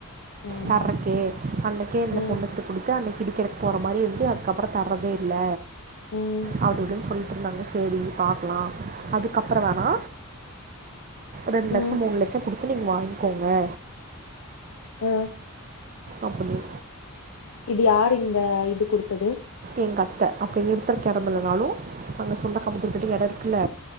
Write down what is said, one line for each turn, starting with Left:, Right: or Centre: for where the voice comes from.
Left: ம்,
Right: தர்றக்கே அன்னைக்கே இந்த
Left: ம்,
Right: பொண்ணு கிட்ட குடுத்து அன்னைக் இடிக்கிற போற மாரி இருந்து அதுக்கப்பறம் தர்றதே இல்ல
Left: ம்,
Right: அப்டி இப்டின்னு சொல்லிட்டு இருந்தாங்க சேரி பாக்கலா அதுக்கப்பற வேணா ரெண்லக்
Left: ம்,
Right: மூணு லட்ச குடுத்து நீங்க வாங்கிக்கோங்க
Left: அ
Right: அப்டினு
Left: இது யார் இந்த இது குடுத்தது
Right: எங்க அத்த அப்டி நிறுத்த எட இல்லனாலு அவுங்க சொந்த காம்பாத்த எட இருக்குல்ல